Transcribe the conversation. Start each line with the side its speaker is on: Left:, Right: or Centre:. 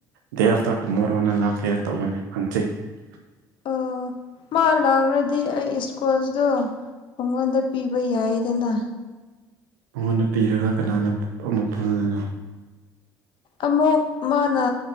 Right: ꯗꯦ ꯑꯥꯞꯐꯇ꯭ꯔ ꯇꯨꯃꯣꯔꯣꯅ ꯂꯥꯛꯀꯦ ꯇꯧꯕꯅꯦ <inaudible>
Left: ꯑꯣ ꯃꯥ ꯂꯥꯛꯈ꯭ꯔꯗꯤ ꯑꯩ ꯏꯁꯀꯣꯁꯇꯣ ꯃꯉꯣꯟꯗ ꯄꯤꯕ ꯌꯥꯏꯗꯅ
Right: ꯃꯉꯣꯟꯗ ꯄꯤꯔꯒ ꯀꯅꯥꯅ ꯑꯃꯨꯛ ꯄꯨꯒꯅꯤ
Left: ꯑꯃꯨꯛ ꯃꯥꯅ